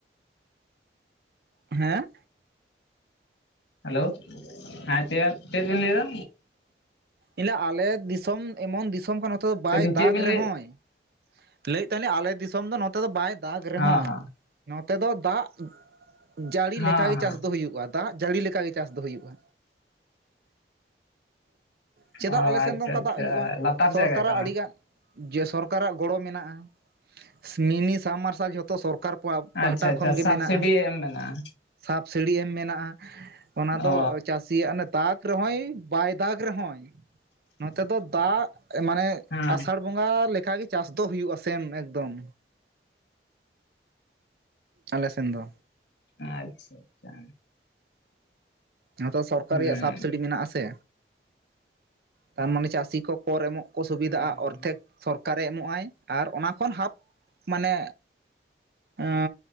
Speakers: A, on the right; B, on the left.
A: ᱦᱮᱸ,
B: ᱦᱮᱞᱳ, ᱦᱮᱸ ᱪᱮᱫ ᱪᱮᱫ ᱵᱮᱱ ᱞᱟᱹᱭ ᱮᱫᱟ᱾
A: ᱮ ᱟᱞᱮ ᱫᱤᱥᱚᱢ ᱮᱢᱚᱱ ᱫᱤᱥᱚᱢ ᱠᱟᱱᱟ ᱱᱚᱛᱮ ᱫᱚ ᱵᱟᱭ
B: ᱞᱟᱹᱭ ᱫᱟᱹᱧ ᱪᱮᱫ
A: ᱫᱟᱜ
B: ᱵᱤᱱ
A: ᱨᱮᱦᱚᱸᱭ,
B: ᱞᱟᱹᱭ
A: ᱞᱟᱹᱭᱮᱫ ᱛᱟᱸᱦᱮ ᱟᱞᱮ ᱫᱤᱥᱚᱢ ᱫᱚ ᱱᱚᱛ, ᱱᱚᱛᱮ ᱫᱚ ᱵᱟᱭ ᱫᱟᱜ ᱨᱮᱦᱚᱸᱭ,
B: ᱦᱮᱸ ᱦᱮᱸ
A: ᱱᱚᱛᱮ ᱫᱚ ᱫᱟᱜ ᱡᱟᱹᱲᱤ
B: ᱦᱮᱸ
A: ᱞᱮᱠᱟ ᱜᱮ
B: ᱦᱮᱸ
A: ᱪᱟᱥ ᱫᱚ ᱦᱩᱭᱩᱜᱼᱟ᱾ ᱫᱟᱜ ᱡᱟᱹᱲᱤ ᱞᱮᱠᱟᱜ ᱜᱮ ᱪᱟᱥ ᱫᱚ ᱦᱩᱭᱩᱜᱼᱟ᱾ ᱪᱮᱫᱟᱜ
B: ᱚ
A: ᱟᱞᱮ ᱥᱮᱱ
B: ᱟᱪᱪᱷᱟ
A: ᱫᱚ ᱚᱝᱠᱟ
B: ᱟᱪᱪᱷᱟ
A: ᱫᱟᱜ ᱦᱩᱭᱩᱜᱼᱟ
B: ᱞᱟᱛᱟᱨ
A: ᱥᱚᱨᱠᱟᱨᱟᱜ
B: ᱡᱟᱭᱜᱟ ᱠᱟᱱᱟ
A: ᱟᱹᱰᱤᱜᱟᱱ, ᱡᱮ ᱥᱚᱨᱠᱟᱨᱟᱜ ᱜᱚᱲᱚ ᱢᱮᱱᱟᱜᱼᱟ, ᱢᱤᱱᱤ ᱥᱟᱵᱢᱟᱨᱥᱟᱞ ᱡᱷᱚᱛᱚ ᱥᱚᱨᱠᱟᱨ
B: ᱟᱪᱪᱷᱟ
A: ᱯᱟᱦᱴᱟ
B: ᱟᱪᱪᱷᱟ
A: ᱠᱷᱚᱱ
B: ᱥᱟᱵᱥᱤᱰᱤ
A: ᱜᱮ ᱢᱮᱱᱟᱜᱼᱟ,
B: ᱮᱢ ᱢᱮᱱᱟᱜᱼᱟ
A: ᱥᱟᱯ ᱥᱤᱲᱤ ᱮᱢ ᱢᱮᱱᱟᱜᱼᱟ᱾ ᱚᱱᱟ
B: ᱚ
A: ᱫᱚ ᱪᱟᱹᱥᱤ ᱭᱟᱜ ᱚᱱᱮ ᱫᱟᱜ ᱨᱮᱦᱚᱸᱚᱭ ᱵᱟᱭ ᱫᱟᱜ ᱨᱮᱦᱚᱸᱚᱭ, ᱱᱚᱛᱮ ᱫᱚ ᱫᱟᱜ ᱢᱟᱱᱮ,
B: ᱦᱮᱸ
A: ᱟᱥᱟᱲ ᱵᱚᱸᱜᱟ ᱞᱮᱠᱟᱜᱮ᱾ ᱪᱟᱥ ᱫᱚ ᱦᱩᱭᱩᱜᱼᱟ ᱥᱮᱢ ᱮᱠᱫᱚᱢ, ᱟᱞᱮ ᱥᱮᱱ ᱫᱚ᱾
B: ᱟᱪᱪᱷᱟ ᱟᱪᱪᱷᱟ,
A: ᱱᱚᱛᱮ ᱥᱚᱨᱠᱟᱨ
B: ᱦᱩᱸ
A: ᱨᱮᱭᱟᱜ ᱥᱟᱵᱥᱤᱰᱤ ᱢᱮᱱᱟᱜ ᱟᱥᱮ ᱛᱟᱨᱢᱟᱱᱮ ᱪᱟᱹᱥᱤ ᱠᱚ ᱠᱚᱨ ᱮᱢᱚᱜ, ᱠᱚ ᱥᱩᱵᱤᱫᱷᱟᱜᱼᱟ
B: ᱦᱩᱸ
A: ᱚᱨᱫᱷᱮᱠ ᱥᱚᱨᱠᱟᱨᱮ ᱮᱢᱚᱜᱼ ᱟᱭ ᱟᱨ ᱚᱱᱟ ᱠᱷᱚᱱ ᱦᱟᱯ ᱢᱟᱱᱮ ᱚ,